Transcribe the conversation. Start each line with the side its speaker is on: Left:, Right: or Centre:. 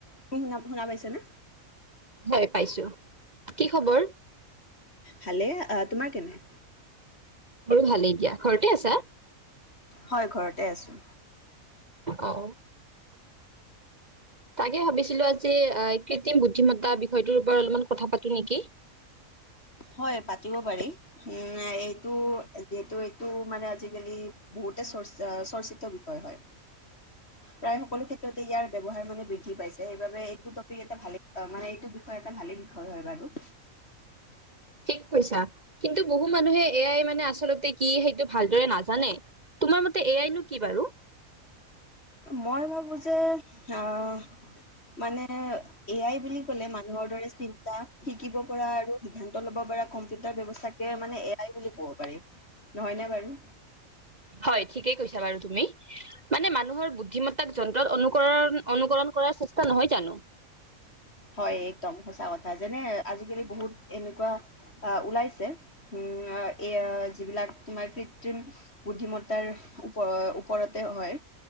Left: তুমি শুনা, শুনা পাইছ নে?
Right: হয় পাইছো। কি খবৰ?
Left: ভালেই, আ তোমাৰ কেনে?
Right: মোৰ ভালেই দিয়া। ঘৰতে আছা?
Left: হয় ঘৰতে আছো।
Right: অ তাকে ভাবিছিলো আজি কৃত্ৰিম বুদ্ধিমত্তা বিষয়টোৰ ওপৰত অলপমান কথা পাতো নেকি।
Left: হয় পাতিব পাৰি। উম এইটো যিহেতু এইটো মানে আজিকালি বহুতে চৰ্চ চৰ্চিত বিষয় হয়।
Right: <inaudible>
Left: প্ৰায় সকলো ক্ষেত্ৰতে ইয়াৰ ব্যৱহাৰ মানে বৃদ্ধি পাইছে। সেইবাবে এইটো টপিক এটা ভালে মানে এইটো এটা ভালে বিষয় হয় বাৰু।
Right: ঠিক কৈছা কিন্তু বহু মানুহে এ আই মানে আচলতে কি সেইটো ভালদৰে নাজানে। তোমাৰ মতে এ আইনো- কি বাৰু?
Left: মই ভাবোঁ যে, আহ', - মানে এয়াই বুলি ক'লে মানুহৰ দৰে চিন্তা- শিকিব পৰা আৰু সিদ্ধান্ত ল'ব পাৰ কম্পিউটাৰ ব্যৱস্থাকে মানে এ আই বুলি ক'ব পাৰি। নহয়নে বাৰু।
Right: হয় ঠিকেই কৈছা বাৰু তুমি, মানে মানুহৰ বুদ্ধিমতা- যন্ত্ৰত অনুকৰণ-অনুকৰণ কৰাৰ চেষ্টা নহয় জানোঁ।
Left: হয়, একদম সঁচা কথা যেনে আজি-কালি বহুত এনেকুৱা- আহ', ওলাইছে উম' এই যিবিলাক তোমাৰ কৃত্ৰিম- বুদ্ধিমত্তাৰ ওপ-ওপৰতে হয়।